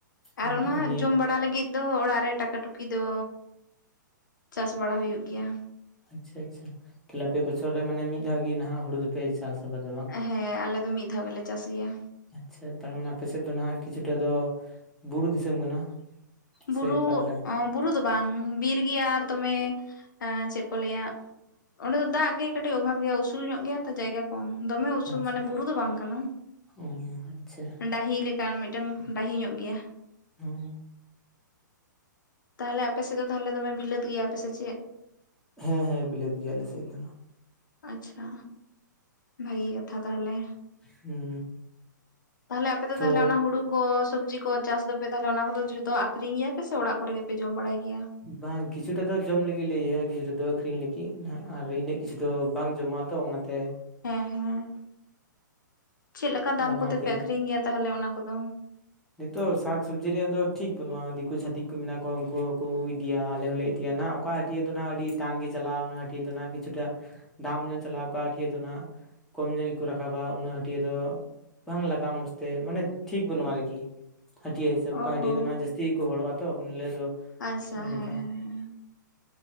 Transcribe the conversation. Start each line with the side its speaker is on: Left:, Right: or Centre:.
Centre: ᱦᱩᱸ
Left: ᱟᱨ ᱚᱱᱟ
Centre: ᱱᱤᱭᱟᱹ
Left: ᱡᱚᱢ ᱵᱟᱲᱟ ᱞᱟᱹᱜᱤᱫ ᱫᱚ ᱚᱲᱟᱜ ᱨᱮ ᱴᱟᱠᱟ ᱴᱩᱠᱤ ᱫᱚ ᱪᱟᱥ ᱵᱟᱲᱟ ᱦᱩᱭᱩᱜ ᱜᱮᱭᱟ
Centre: ᱟᱪᱷᱟ ᱟᱪᱷᱟ ᱛᱟᱦᱚᱞᱮ ᱯᱮ ᱵᱚᱪᱷᱚᱨ ᱨᱮ ᱢᱟᱱᱮ ᱢᱤᱫ ᱫᱷᱟᱣ ᱜᱮᱦᱟᱜ ᱦᱩᱲᱩ ᱫᱚᱯᱮ ᱪ ᱪᱟᱥ ᱟᱵᱟᱫ
Left: ᱦᱮᱸ ᱟᱞᱮ ᱫᱚ ᱢᱤᱫ ᱫᱷᱟᱣ ᱜᱮᱞᱮ ᱪᱟᱥ ᱜᱮᱭᱟ
Centre: ᱟᱪᱪᱷᱟ ᱛᱟᱨᱢᱟᱱᱮ ᱟᱯᱮ ᱥᱮᱫ ᱫᱚ ᱱᱟᱦᱟᱜ ᱠᱤᱪᱷᱩᱴᱟ ᱫᱚ ᱵᱩᱨᱩ ᱫᱤᱥᱚᱢ ᱠᱟᱱᱟ
Left: ᱵᱩᱨᱩ
Centre: ᱥᱮ ᱚᱠᱟ ᱞᱮᱠᱟᱱᱟ
Left: ᱚ ᱵᱩᱨᱩ ᱫᱚ ᱵᱟᱝ ᱵᱤᱨ ᱜᱮᱭᱟ ᱟᱨ ᱫᱚᱢᱮ ᱮ ᱪᱮᱫ ᱠᱚ ᱞᱟᱹᱭᱟ ᱚᱸᱰᱮ ᱫᱚ ᱫᱟᱜ ᱜᱮ ᱠᱟᱹᱴᱤᱡ ᱚᱵᱷᱟᱵᱽ ᱜᱮᱭᱟ ᱩᱥᱩᱞ ᱧᱚᱜ ᱜᱮᱭᱟ ᱡᱟᱭᱜᱟ ᱠᱚ ᱫᱚᱢᱮ ᱩᱥᱩᱞ
Centre: ᱟᱪᱪᱷᱟ
Left: ᱢᱟᱱᱮ ᱵᱩᱨᱩ ᱫᱚ ᱵᱟᱝ ᱠᱟᱱᱟ
Centre: ᱚ ᱟᱪᱪᱷᱟ
Left: ᱰᱟᱹᱦᱤ ᱞᱮᱠᱟᱱ ᱢᱤᱫ ᱢᱤᱫᱴᱟᱝ ᱵᱟᱦᱤ ᱧᱚᱜ ᱜᱮᱭᱟ᱾
Centre: ᱦᱩ
Left: ᱛᱟᱦᱚᱞᱮ ᱟᱯᱮ ᱥᱮᱫ ᱫᱚ ᱛᱟᱦᱚᱞᱮ ᱫᱚᱢᱮ ᱵᱤᱞᱟᱹᱛ ᱜᱮᱭᱟᱯᱮ ᱥᱮ ᱪᱮᱫ
Centre: ᱦᱮᱸ ᱦᱮᱸ ᱵᱤᱞᱮᱫ ᱜᱮᱭᱟᱞᱮ ᱥᱮᱫ ᱫᱚ ᱱᱟᱜ
Left: ᱟᱪᱪᱷᱟ ᱵᱷᱟᱹᱜᱤ ᱠᱟᱛᱷᱟ ᱛᱟᱦᱚᱞᱮ
Centre: ᱦᱩᱸ
Left: ᱛᱟᱦᱞᱮ ᱟᱯᱮ ᱫᱚ
Centre: ᱛᱚ
Left: ᱛᱟᱦᱞᱮ ᱚᱱᱟ ᱦᱩᱲᱩ ᱠᱚ ᱥᱚᱵᱽᱡᱤ ᱠᱚ ᱪᱟᱥ ᱫᱚᱯᱮ ᱛᱟᱦᱚᱞᱮ ᱚᱱᱟ ᱠᱚᱫᱚ ᱡᱷᱚᱛᱚ ᱟᱠᱷᱨᱤᱧ ᱜᱮᱭᱟ ᱯᱮ ᱥᱮ ᱚᱲᱟᱜ ᱠᱚᱨᱮ ᱜᱮᱯᱮ ᱡᱚᱢ ᱵᱟᱲᱟᱭ ᱜᱮᱭᱟ
Centre: ᱵᱟᱝ ᱠᱤᱪᱷᱩᱴᱟ ᱫᱚ ᱡᱚᱢ ᱞᱟᱹᱜᱤᱫ ᱞᱮ ᱤᱭᱟᱹᱭᱟ ᱠᱤᱪᱷᱩᱴᱟ ᱫᱚ ᱟᱹᱠᱷᱨᱤᱧ ᱞᱟᱹᱜᱤᱫ ᱟᱨ ᱤᱱᱟᱹᱜ ᱠᱤᱪᱷᱩ ᱫᱚ ᱵᱟᱝ ᱡᱚᱢᱟ ᱛᱚ ᱚᱱᱟᱛᱮ
Left: ᱦᱮᱸ ᱦᱮᱸ ᱪᱮᱫ ᱞᱮᱠᱟ ᱫᱟᱢ
Centre: ᱵᱟᱱᱟᱨ
Left: ᱠᱚᱛᱮᱯᱮ
Centre: ᱛᱮᱜᱮ
Left: ᱟᱠᱷᱨᱤᱧ ᱜᱮᱭᱟ ᱛᱟᱦᱚᱞᱮ ᱚᱱᱟ ᱠᱚᱫᱚ
Centre: ᱱᱤᱛᱚᱜ ᱥᱟᱠ ᱥᱚᱵᱽᱡᱤ ᱨᱮᱭᱟᱜ ᱫᱚ ᱴᱷᱤᱠ ᱵᱟᱹᱱᱩᱜᱼᱟ ᱫᱤᱠᱩ ᱪᱷᱟᱹᱛᱤᱠ ᱠᱚ ᱢᱮᱱᱟᱜ ᱠᱚᱣᱟ ᱩᱱᱠᱩ ᱠᱚ ᱤᱫᱤᱭᱟ ᱟᱞᱮ ᱦᱚᱸᱞᱮ ᱤᱫ ᱦᱟᱹᱴᱤᱭᱟ ᱱᱟᱜ ᱚᱠᱟ ᱦᱟᱹᱴᱭᱟ. ᱫᱚ ᱱᱟᱜ ᱟᱹᱰᱤ ᱴᱟᱱ ᱜᱮ ᱪᱟᱞᱟᱜᱼᱟ ᱚᱱᱟ ᱦᱟᱹᱴᱭᱟᱹ ᱫᱚ ᱟᱜ ᱠᱤᱷᱩᱴᱟ ᱫᱟᱢ ᱫᱚ ᱪᱟᱞᱟᱣ ᱠᱚᱜᱼᱟ ᱴᱷᱤᱭᱟᱹ ᱫᱚ ᱱᱟᱦᱟᱜ ᱠᱚᱢ ᱧᱚᱜ ᱜᱮᱠᱚ ᱨᱟᱠᱟᱵᱟ ᱩᱱᱟᱹᱜ ᱦᱟᱹᱴᱭᱟ. ᱫᱚ ᱵᱟᱝ ᱞᱟᱜᱟᱜᱼᱟ ᱢᱚᱡᱽ ᱛᱮ ᱢᱟᱱᱮ ᱴᱷᱤᱠ ᱵᱟᱹᱱᱩᱜᱼᱟ ᱟᱨᱠᱤ ᱦᱟᱹᱴᱭᱟ. ᱦᱤᱥᱟᱹᱵᱽ ᱚᱠᱟ
Left: ᱚ
Centre: ᱦᱟᱹᱴᱭᱟᱹ
Left: ᱦᱚᱸ
Centre: ᱫᱚ ᱱᱟᱟᱜ ᱡᱟᱹᱥᱛᱤ ᱜᱮᱠᱚ ᱦᱚᱲᱚᱜᱼᱟ ᱛᱚ ᱩᱱ ᱦᱤᱞᱳᱜ ᱫᱚ
Left: ᱟᱪᱷᱟ
Centre: ᱚᱱᱮ
Left: ᱦᱮᱸ
Centre: ᱚᱱᱠᱟ
Left: ᱦᱮᱸ ᱦᱮᱸ